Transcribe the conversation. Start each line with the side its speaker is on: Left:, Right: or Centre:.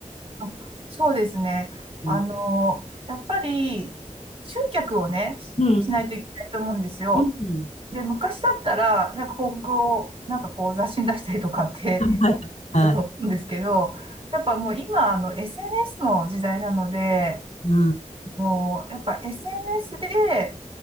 Right: あ、そうですね。
Left: うん。
Right: あの、やっぱり、集客をね、ししないといけないと思うんですよ。
Left: うん。うん。
Right: で、昔だったら、なんか広告を、なんかこう雑誌に出したりとかって、
Left: はい。
Right: だったと思うんですけど、
Left: はい。
Right: やっぱもう今、あの、SNS の時代なので、
Left: うん。
Right: あのやっぱ SNS で、